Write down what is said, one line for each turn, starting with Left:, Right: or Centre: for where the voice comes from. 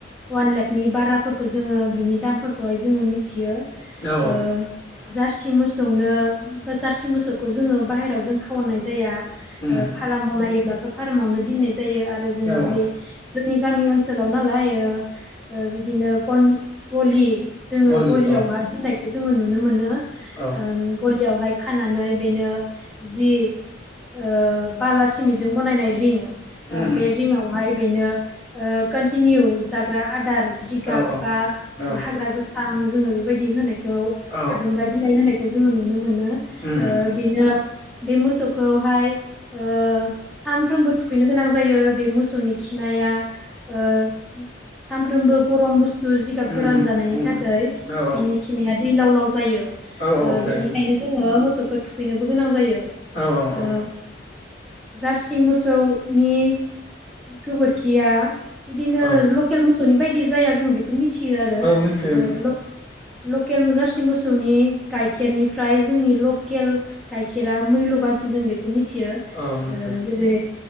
Centre: वान लाखनि बाराफोरखौ जोङो बिनि दामफोरखौहाय जोङो मिथियो
Left: <unintelligible>
Centre: ओ जारसि मोसौनो ओ जारसि मोसौखौ जोङो बाहेरायाव जों खावननाय जाया
Left: उम
Centre: ओ फार्म बनायोब्लाथ' फार्मावनो दोननाय जायो आरो जोङो
Left: औ औ
Centre: जे जोंनि गामि ओनसोलाव नालाय ओ बिदिनो गन गलि जोङो
Left: गलि
Centre: गलियावहाय
Left: औ
Centre: दोननायखौ जोङो नुनो मोनो
Left: औ
Centre: ओम गलियावहाय खानानै बेनो जि ओ बाला सिमेटजों बानायनाय रिं
Left: उम उम
Centre: बे रिङावहाय बेनो ओ कनटिनिउ जाग्रा आदार जिगाब
Left: औ औ
Centre: बा
Left: औ
Centre: हाग्रा गोथां जोङो बेबायदि होनायखौ
Left: औ
Centre: आदुम बिलाइ होनाय जों नुनो मोनो।
Left: उम
Centre: ओ
Left: उम
Centre: बेनो बे मोसौखौहाय ओ सानफ्रोमबो थुखैनो गोनां जायो बे मोसौनि खिनाया ओ सानफ्रोमबो गरम बुस थु जिगाब
Left: उम
Centre: गोरान जानायनि
Left: उम
Centre: थाखाय
Left: उम औ
Centre: बिनि खिनाया दैलाव लाव जायो
Left: औ
Centre: ओ
Left: औ जायो
Centre: बिनिखायनो जोङो मोसौ खौ थुखैनो गोनां जायो ओ
Left: औ औ
Centre: जारसि मो सौनि गोबोरखिया बिदिनो
Left: औ
Centre: लकेल मोसौनि बायदि जाया जों बेखौ मि थियो आरो
Left: मिथियो मिथियो
Centre: लकेल जारसि मोसौनि गाइखेरनिफ्राय जोंनि लकेल गाइखेरा मैल्य बान सिन जों बेखौ मिथियो
Left: औ मिथियो
Centre: जेरै